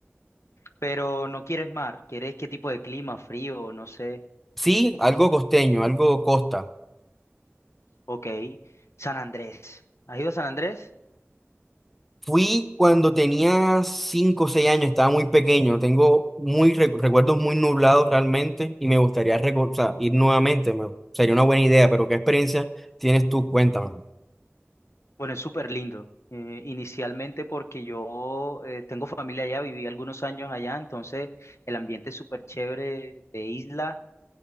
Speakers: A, on the left; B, in the centre.
A: Pero no quieres mar, ¿quieres qué tipo de clima? Frío, no sé.
B: Sí, algo costeño, algo costa.
A: Ok. San Andrés. ¿Has ido a San Andrés?
B: Fui cuando tenía cinco o seis años, estaba muy pequeño, tengo muy recu- recuerdos muy nublados realmente y me gustaría reco- o sea, ir nuevamente, me- sería una buena idea, pero ¿qué experiencia tienes tú? Cuéntame.
A: Bueno, es súper lindo. Eh, inicialmente porque yo eh, tengo familia allá, viví algunos años allá, entonces el ambiente es súper chévere de isla.